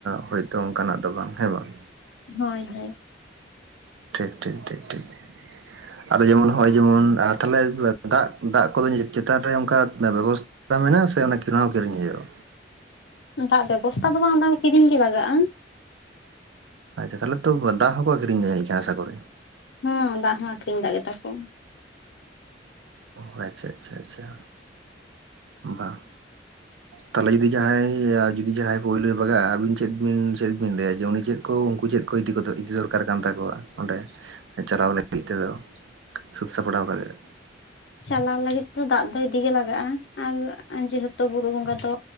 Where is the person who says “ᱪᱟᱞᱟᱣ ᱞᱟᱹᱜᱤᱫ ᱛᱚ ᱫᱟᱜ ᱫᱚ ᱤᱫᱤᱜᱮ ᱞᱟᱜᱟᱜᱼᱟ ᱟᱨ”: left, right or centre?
Left